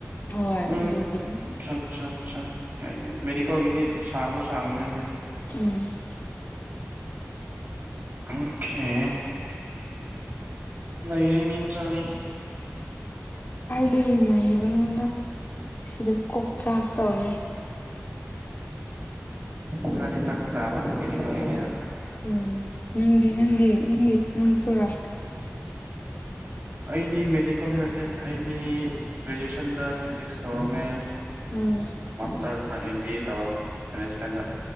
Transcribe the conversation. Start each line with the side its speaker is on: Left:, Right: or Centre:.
Left: ꯍꯣꯏ
Right: ꯎꯝꯠ
Left: ꯑꯗꯨꯅꯦ
Right: ꯑ ꯌꯥꯏ ꯌꯥ ꯃꯦꯗꯤꯀꯦꯜꯒꯤꯗꯤ ꯁꯥꯡꯉꯁꯨ ꯁꯥꯡꯕꯅꯤꯅꯦ
Left: ꯎꯝ
Right: ꯑꯣꯈꯤꯦ ꯉꯁꯤ ꯃ ꯆꯥꯦ
Left: ꯑꯗꯨ ꯏꯃꯥꯏꯒꯤ ꯃꯅꯨꯡꯗ ꯁꯤꯗ ꯀꯣꯛꯆꯥꯛ ꯇꯧꯔꯦ
Right: ꯎꯝ ꯈꯔꯗꯤ ꯆꯠꯄ ꯇꯥꯕ ꯃꯦꯗꯤꯀꯦꯜ ꯑꯣꯏꯒꯅꯤꯅ
Left: ꯎꯝ ꯅꯪꯗꯤ ꯅꯪꯗꯤ ꯅꯪꯗꯤ ꯅꯪꯁꯨꯨꯔꯥ
Right: ꯑꯩꯗꯤ ꯃꯦꯗꯤꯀꯦꯜꯗꯤ ꯅꯠꯇꯦ ꯑꯩꯗꯤ ꯒ꯭ꯔꯦꯖꯨꯑꯦꯁꯟꯗ ꯐꯤꯖꯤꯛꯁ ꯇꯧꯔꯝꯃꯦ
Left: ꯎꯝ
Right: ꯁꯥꯔꯅ ꯑꯦꯝ ꯕꯤ ꯑꯦ ꯇꯧꯔꯝꯃꯦ ꯃꯦꯅꯦꯖꯃꯦꯟꯗ